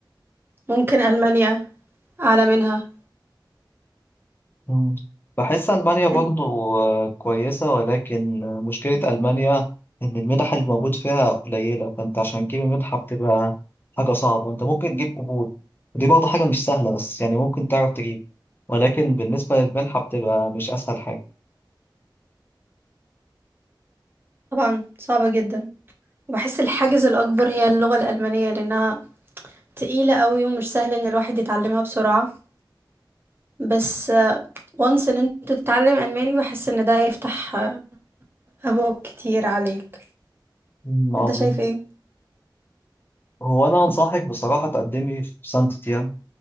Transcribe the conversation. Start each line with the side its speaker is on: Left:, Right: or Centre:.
Right: ممكن ألمانيا أعلى منها
Left: مم. بحس ألمانيا برضو
Right: إن-
Left: آه، كويسة ولكن آه، مشكلة ألمانيا إن المنح اللي موجود فيها قليلة فأنت عشان تجيب منحة بتبقى حاجة صعبة أنت ممكن تجيب قبول ودي برضو حاجة مش سهلة بس يعني ممكن تعرف تجيب ولكن بالنسبة للمنحة بتبقى مش أسهل حاجة
Right: طبعا صعبة جدا وبحس الحاجز الأكبر هي اللغة الألمانية لأنها تقيلة قوي ومش سهل إن الواحد يتعلمها بسرعة بس وانس إن أنت تتعلم ألماني بحس إن ده يفتح آه، أبواب كتير عليك
Left: مم، عظيم
Right: أنت شايف إيه؟
Left: هو أنا أنصحك بصراحة تقدمي في سانت تيان